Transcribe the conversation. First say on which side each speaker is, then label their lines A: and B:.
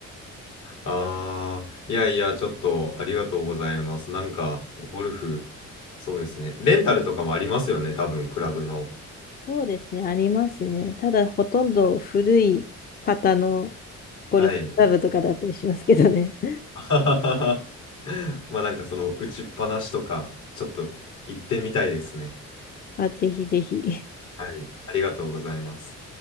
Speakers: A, on the left; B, on the left.
A: ああ、いやいや、ちょっとありがとうございます。なんか、ゴルフ、そうですね。レンタルとかもありますよね、多分、クラブの。
B: そうですね、ありますね。ただ、ほとんど古い方のゴルフクラブとかだったりしますけどね。
A: はい。
B: <laughs>
A: <laughs> まあなんかその打ちっぱなしとか、ちょっと行ってみたいですね。
B: あ、ぜひぜひ。
A: はい。ありがとうございます。